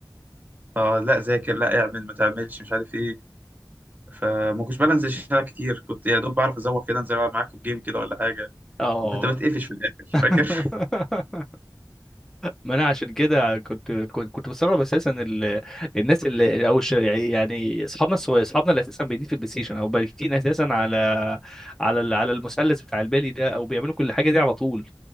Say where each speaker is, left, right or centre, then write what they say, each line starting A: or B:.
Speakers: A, on the right (about 25°); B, in the centre.
A: آه لا ذاكر لا اعمل ما تعملش مش عارف إيه فما كنتش بقى أنزل الشارع كتير كنت يا دوب بعرف أزوق كده أنزل ألعب معاكم الجيم كده ولا حاجة
B: اه
A: وكنت بتقفش في الآخر
B: <laughs>
A: فاكر؟
B: ما انا عشان كده كنت كنت كنت بستغرب اساسا ال... الناس اللي او الش... يعني اصحابنا الصغير اصحابنا اللي اساسا بيدين في البلاي ستيشن او بايتين اساسا على على ال- على المثلث بتاع البالي ده او بيعملوا كل حاجه دي على طول